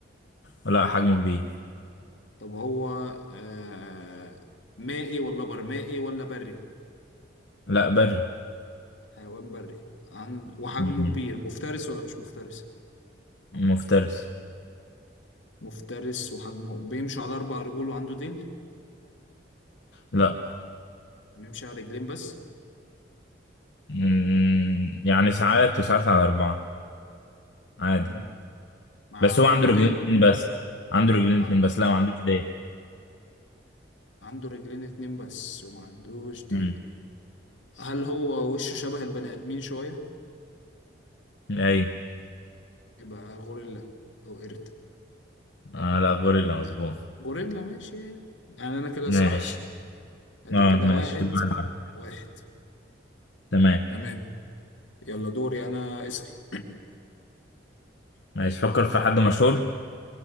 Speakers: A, on the left; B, on the left.
A: لا حجمه كبير
B: طب هو آه مائي ولا برمائي ولا بري
A: لا بري
B: حيوان بري عند وحجمه
A: مم.
B: كبير مفترس ولا مش مفترس
A: مفترس
B: مفترس وحجمه بيمشي على أربع رجول وعنده ديل
A: لا
B: بيمشي على رجلين بس
A: مم. يعني ساعات وساعات على أربعة عادي
B: امم مع
A: بس هو
B: عنده
A: عنده رجلين
B: ديل
A: اتنين بس عنده رجلين
B: ع-
A: اتنين بس لا ما عندوش ديل
B: عنده رجلين اتنين بس وما عندوش ديل
A: مم.
B: هل هو وشه شبه البني آدمين شوية
A: ايوه
B: يبقى غوريلا أو قرد
A: آه لا غوريلا مظبوط
B: غوريلا ماشي يعني يعني أنا كده
A: ماشي
B: صح أهو أدي
A: اه
B: كده
A: ماشي
B: واحد
A: كده واحد واحد.
B: واحد
A: تمام
B: تمام يلا دوري أنا اسأل
A: ماشي فكر في حد مشهور